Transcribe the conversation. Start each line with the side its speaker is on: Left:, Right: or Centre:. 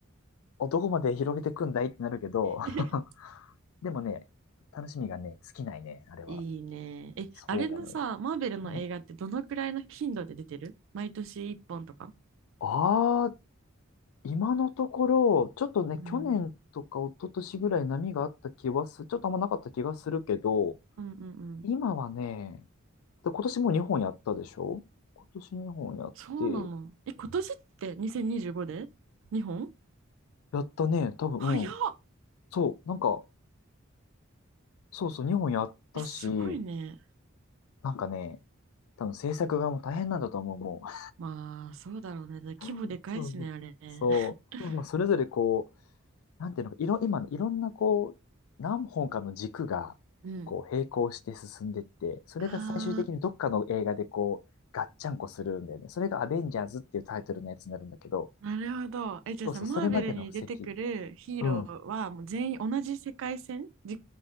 Left: おどこまで広げてくんだいってなるけど、
Right: <laughs>
Left: <laughs> でもね、楽しみがね、尽きないね、あれは。
Right: いいね。え、
Left: そうなのよ。
Right: あれのさ、マーベルの映画ってどのくらいの頻度で出てる毎年1本とか。
Left: うん。あ今のところ、ちょっとね、
Right: うん。
Left: 去年とか一昨年ぐらい波があった気はす、ちょっとあんまなかった気がするけど、
Right: うんうんうん。
Left: 今はね、で今年も2本やったでしょ今年2本やって、
Right: そうなの。え、今年って2025で ?2 本
Left: やったね、多分、
Right: 早っ
Left: うん。そう、なんか、そうそう、2本やったし、
Right: え、すごいね。
Left: なんかね、多分制作側も大変なんだと思う、もう。
Right: まあ、そうだろうね。だから規模でかいしね、
Left: <laughs> そうそう。
Right: あれね。
Left: そう。
Right: <laughs>
Left: まあ、それぞれこなんていうのか、いろ、今のいろんなこう、何本かの軸が、
Right: うん。
Left: こう、
Right: <laughs>
Left: 並行して進んでって、それが最終的にどっかの映画でこう、
Right: ああ。
Left: ガッチャンコするんだよね。それがアベンジャーズっていうタイトルのやつになるんだけど、
Right: なるほど。え、じゃあさ、
Left: そうそう、
Right: マーベルに出てくるヒーローはもう全員同じ世界線じ
Left: それまでの布石。うん。